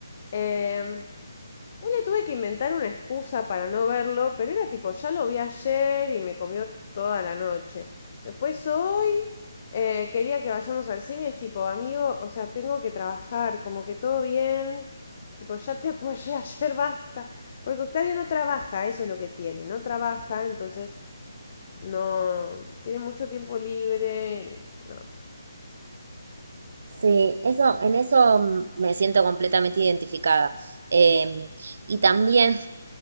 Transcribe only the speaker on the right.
Sí, eso, en eso mm, me siento completamente identificada. Eh, y también